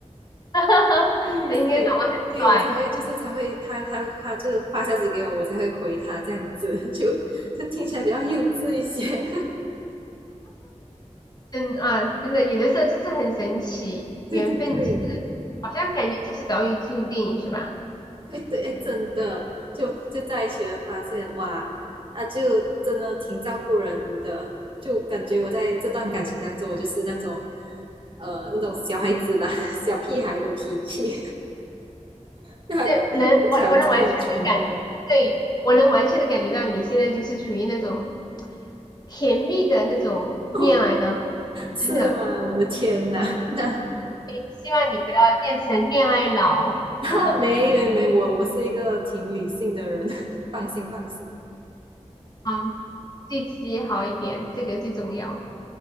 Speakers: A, on the left; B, on the right.
A: <laughs> 哈哈，
B: 对，
A: 那应该长得很帅，
B: 所以，所以我才会就是才会他他他就发消息给我，我才会回他这样子，<laughs> 就就听起来比较幼稚一些。
A: 嗯啊，真的有的时候就是很神奇，
B: <laughs> 对对对
A: 缘分就是好像感觉就是早已注定是吧？
B: 对对，哎，真的，就就在一起了，发现哇，那就真的挺照顾人的，就感觉我在这段感情当中，我就是那种呃那种小孩子吧，<laughs> 小屁孩的脾气，<laughs> 他就无条件的宠我，
A: 就能我我能完全的感，对，我能完全的感觉到你现在就是处于那种甜蜜的那种恋爱当中，
B: <laughs> 是吗？
A: 真的。
B: 我的天呐，<laughs> 那。
A: 对希望你不要变成恋爱脑。
B: <laughs>
A: <laughs>
B: 哈，没没没，我我是一个挺理性的人，<laughs> 放心放心。
A: 好，对自己好一点，这个最重要，